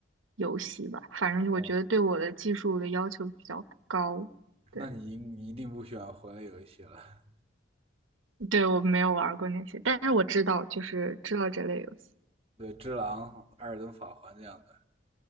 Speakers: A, on the right (about 85°); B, on the right (about 30°).
A: 游戏吧，反正我觉得对我的技术的要求比较高。
B: 哦，
A: 对
B: 那你一你一定不喜欢魂类游戏了。
A: 对，我没有玩过那些，但是我知道就是知道这类游戏。
B: 对，《只狼》《艾尔登法环》这样的。